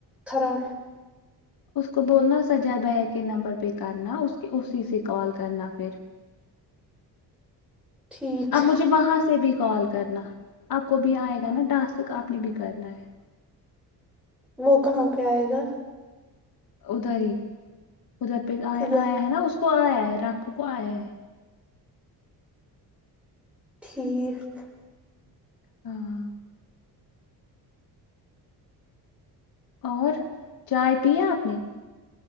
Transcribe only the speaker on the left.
اس کو بولنا سجا ب ہے کہ نمبر پہ کرنا اس کی اسی سے کال کرنا پھر
اب
مجھے وہاں سے بھی کال کرنا آپ کو بھی آئے گا نا ٹاسک آپ نے بھی کرنا ہے
اداری ادھر پ آ
آیا ہے نا اس کو کو آ ہے رپو کو آئے
ہاں اور چائے پیا آپ نے